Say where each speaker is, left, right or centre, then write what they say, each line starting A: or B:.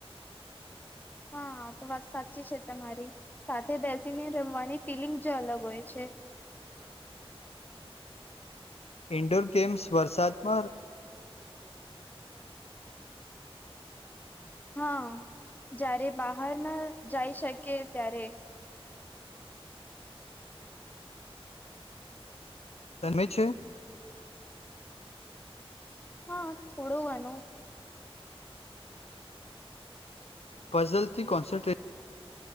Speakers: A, on the left (about 15°); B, on the left (about 85°).
A: હા તો વાત સાચી છે તમારી, સાથે બેસીને રમવાની ફિલિંગ જ અલગ હોય છે.
B: ઇન્ડોર ગેમ્સ વરસાદમાં
A: હા, જ્યારે બહાર ના જઈ શકે ત્યારે.
B: તન્મે છેે <unintelligible>
A: હા થોડો ઘનો.
B: ફઝલથી કોન્સન્ટ્રેટ